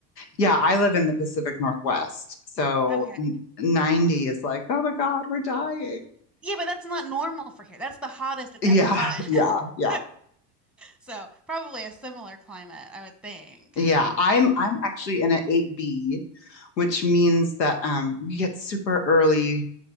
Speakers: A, on the left (about 80°); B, in the centre.
A: Yeah, I live in the Pacific Northwest. So
B: Okay.
A: 90 is like, "Oh my god, we're dying."
B: Yeah, but that's not normal for here. That's the hottest it's
A: Yeah,
B: ever gotten.
A: yeah,
B: <laughs>
A: yeah.
B: So probably a similar climate, I would think.
A: Yeah, I'm I'm actually in an 8B, which means that um we get super early